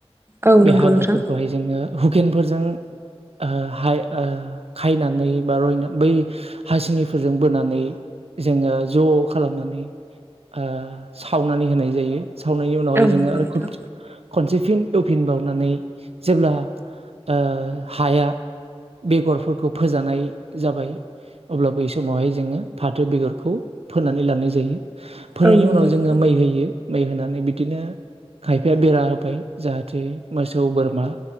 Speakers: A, on the right; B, on the right.
A: औ
B: बे
A: नंगौ
B: हाग्राफोरखौहाय
A: नोंथां
B: जोङो हुकेनफोरजों ओ हाय ओ खायनानै बा रयना बै हासिनिफोरजों बोनानै जोङो ज खालामनानै ओ सावनानै होनाय जायो सावनायनि उनावहाय
A: औ
B: जोङो
A: नंगौ
B: आरो
A: नोंथां।
B: खनसे फिन एवफिन बावनानै जेब्ला ओ हाया बेगरफोरखौ फोजानाय जाबाय अब्लाबो बै समावहाय जोंङो फाथो बेगरखौ फोनानै लानाय जायो। फोनायनि
A: औ नंगौ
B: उनाव जोंङो
A: नोंथां
B: मै होयो मै होनानै बिदिनो खायफाया बेरा होबाय जाहाथे मोसौ बोरमा